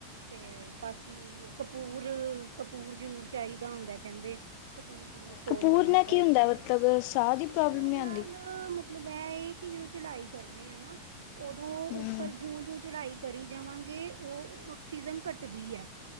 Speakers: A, on the right; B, on the left.
A: ਤੇ ਬਾਕੀ ਕਪੂਰ, ਕਪੂਰ ਜਰੂਰ ਚਾਈਦਾ ਹੁੰਦਾ, ਕਹਿੰਦੇ। ਕਪੂਰ ਜ਼ਰੂਰ ਕੋਲ
B: ਕਪੂਰ
A: ਹੋਣਾ
B: ਨਾਲ
A: ਚਾਹੀਦਾ
B: ਕੀ ਹੁੰਦਾ ਮਤਲਬ
A: ਐ,
B: ਸਾਹ ਦੀ
A: ਕਪੂਰ
B: ਪ੍ਰੋਬਲਮ ਨੀ
A: ਨਾਲ
B: ਆਂਦੀ?
A: ਮਤਲਬ ਐ ਇਹ ਕਿ ਜਦੋਂ ਚੜਾਈ ਕਰਨੇ ਆ ਨਾ ਉਦੋਂ
B: ਹੂੰ,
A: ਉੱਪਰ ਜੂ ਜੂ ਚੜਾਈ ਕਰੀ ਜਾਵਾਂਗੇ, ਉਹ ਓਕ੍ਸੀਜਣ ਘੱਟਦੀ ਐ।